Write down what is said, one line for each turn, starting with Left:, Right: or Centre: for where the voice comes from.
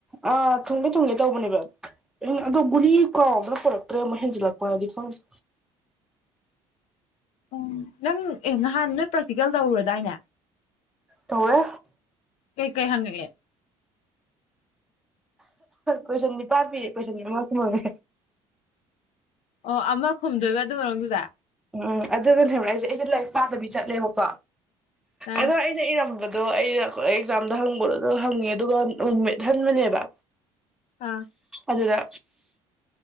Centre: ꯑꯥ ꯊꯨꯡꯒꯦ ꯊꯨꯡꯒꯦ ꯇꯧꯕꯅꯦꯕ ꯑꯗꯣ ꯒꯨꯂꯤ ꯀꯥꯎꯗꯅ ꯄꯨꯔꯛꯇ꯭ꯔꯦ ꯃꯣꯏ ꯍꯦꯟꯖꯤꯜꯂꯛꯄꯅꯗꯤ ꯈꯪꯉ
Left: ꯎꯝ ꯅꯪ ꯑꯦ ꯅꯍꯥꯟ ꯅꯣꯏ ꯄ꯭ꯔꯥꯛꯇꯤꯀꯦꯜ ꯇꯧꯔꯨꯔꯗꯥꯏꯅꯦ
Centre: ꯊꯧꯔ
Left: ꯀꯩ ꯀꯩ ꯍꯪꯒꯒꯦ
Centre: ꯀꯣꯏꯁꯟꯅꯤ ꯄꯔ ꯄꯤꯔꯦ ꯀꯣꯏꯁꯟꯅꯤ ꯃꯁ ꯃꯦ
Left: ꯑꯣ ꯑꯃ ꯈꯨꯝꯗꯣꯏꯕ ꯑꯗꯨ ꯃꯔꯗꯨꯗ
Centre: ꯎꯝ ꯑꯗꯨꯒꯅꯦ ꯍꯥꯏꯛ ꯑꯩꯁꯦ ꯑꯩꯁꯦ ꯂꯥꯏꯔꯤꯛ ꯄꯥꯗꯕꯤ ꯆꯠꯂꯦꯕꯀꯣ
Left: ꯑ
Centre: ꯑꯗꯣ ꯑꯩꯅ ꯏꯔꯝꯕꯗ ꯑꯗꯣ ꯑꯩꯩꯅ ꯑꯦꯛꯖꯥꯝꯗ ꯍꯪꯕꯗꯣ ꯑꯗꯨ ꯍꯪꯉꯦ ꯑꯗꯨꯒ ꯅꯨꯃꯤꯠ ꯍꯟꯕꯅꯦꯕ
Left: ꯑꯥ
Centre: ꯑꯗꯨꯗ